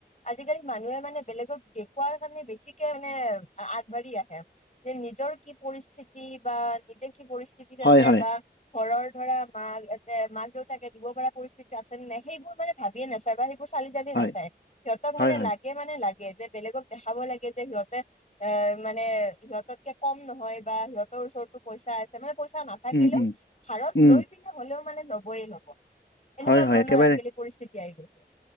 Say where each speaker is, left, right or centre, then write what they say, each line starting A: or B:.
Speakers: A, on the left; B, on the left.
A: আজিকালি মানুহে মানে বেলেগক দেখুওৱাৰ কাৰণে, বেছিকে মানে আগবাঢ়ি আহে। যে নিজৰ কি পৰিস্থিতি বা নিজে কি পৰিস্থিত ঠি-ঠিক
B: হয়
A: আছে
B: হয়
A: বা ঘৰৰ ধৰা মাকহঁতে, মাক দেউতাকে দিব পৰা পৰিস্থিতি যে আছে নে নাই। সেইবোৰ মানে ভাবিয়ে নাচায় বা সেইবোৰ চালি-জাৰি
B: হয়
A: নাচায়, সিহঁতক মানে
B: হয় হয়
A: লাগে সিহঁতক মানে লাগে, যে বেলেগক দেখাব লাগে যে সিহঁতে এ মানে সিহঁতকে কম নহয় বা সিহঁতৰ ওচৰতো পইচা আছে। মানে পইচা না থাকিলেও,
B: উম উম
A: ধাৰত
B: উম
A: লৈ পিনে হ'লেও মানে লবই ল'ব। এনেকুৱা
B: হয় হয়
A: ধৰণৰ
B: একেবাৰে
A: আজিকালি পৰিস্থিতি আহি গৈছে।